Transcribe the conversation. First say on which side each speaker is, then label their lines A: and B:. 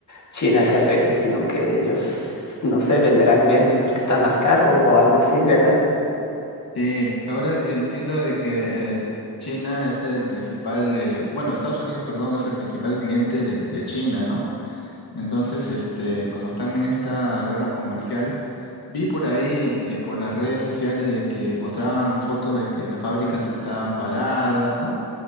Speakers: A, on the left; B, on the left.
A: China se afecte, sino que ellos, no sé, venderán menos porque está más caro o algo así, ¿verdad?
B: Sí, ahora entiendo de que eh, China es el principal, eh, bueno, Estados Unidos, perdón, es el principal cliente de, de China, ¿no? Entonces, este, como están en esta guerra comercial, vi por ahí, eh, por las redes sociales de que mostraban fotos de que las fábricas estaban paradas, ¿no?